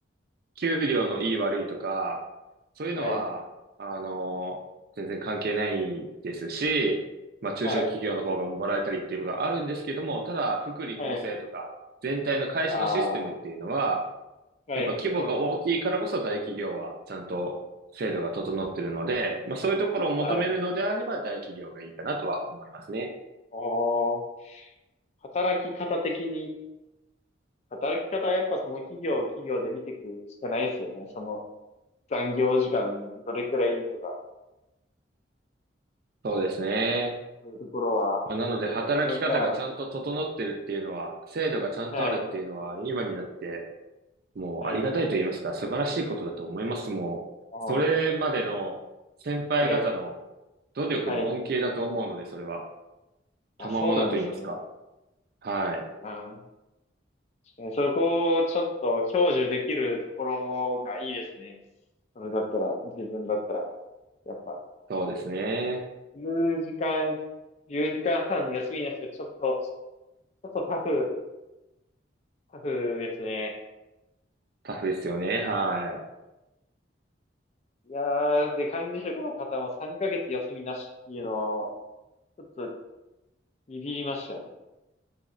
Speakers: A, on the right (about 50°); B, on the left (about 35°).
A: 給料のいい悪いとか、そういうのは、
B: はい。
A: あの、全然関係ないですし、まあ中小企業の方がもらえたりっていうことはあるんですけども、
B: はい。
A: ただ福利厚生とか、
B: はい。
A: 全体の会社のシステムっていうのは、
B: ああ。はい。
A: やっぱ規模が大きいからこそ大企業はちゃんと制度が整ってるので、まあそういうところを求めるのであれば大企業がいいかなとは思いますね。
B: はい。おー、働き方的に、働き方はやっぱその企業を企業で見ていくしかないですよね。その残業時間どれくらいとか、
A: そうですね。
B: そういうところは、
A: まあ、なので働き方がちゃんと整ってるっていうのは、
B: なかなか、
A: 制度がちゃんとあるっていうのは、
B: はい、
A: 今になってもうありがたいと言いますか、
B: はい、
A: 素晴らしいことだと思います。もう、
B: おー、
A: それまでの先輩方の努力の恩恵だと思うので、
B: はい、はい。
A: それは。
B: あ、
A: 賜物と言いますか。
B: そうなんですよね。
A: はい。
B: あー、確かにそこをちょっと享受できるところがいいですね。それだったら、自分だったら、やっぱ、
A: そうですね。
B: 10時間、1時間半休みなしでちょっと、ちょっとタフ、タフですね。
A: タフですよね。はい。
B: いやー、で、管理職の方も3ヶ月休みなしっていうのは、ちょっとビビりましたね。